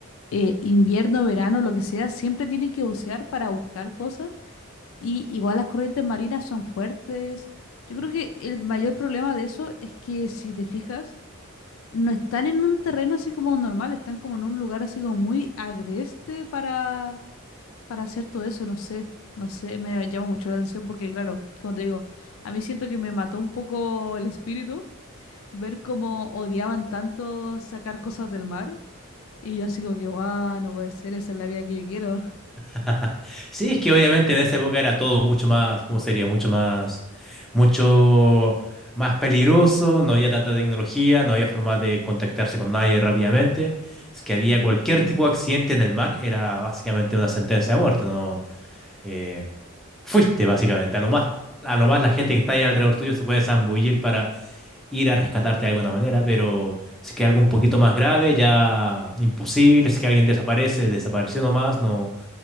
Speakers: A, on the left (about 65°); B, in the centre.
A: eh, invierno, verano, lo que sea, siempre tienen que bucear para buscar cosas y igual las corrientes marinas son fuertes. Yo creo que el mayor problema de eso es que si te fijas, no están en un terreno así como normal, están como en un lugar así como muy agreste para, para hacer todo eso, no sé, no sé, me llama mucho la atención porque claro, como te digo, a mí siento que me mató un poco el espíritu ver cómo odiaban tanto sacar cosas del mar y yo así como que, guau, no puede ser, esa es la vida que yo quiero.
B: <laughs> Sí, es que obviamente en esa época era todo mucho más, ¿cómo sería? Mucho más, mucho más peligroso, no había tanta tecnología, no había forma de contactarse con nadie rápidamente. Es que había
A: Ujú.
B: cualquier tipo de accidente en el mar, era básicamente una sentencia de muerte, ¿no? Eh, fuiste básicamente, a lo más, a lo más la gente que está ahí alrededor tuyo se puede zambullir para ir a rescatarte de alguna manera, pero si es que algo un poquito más grave, ya imposible, si es que alguien desaparece, desapareció nomás, no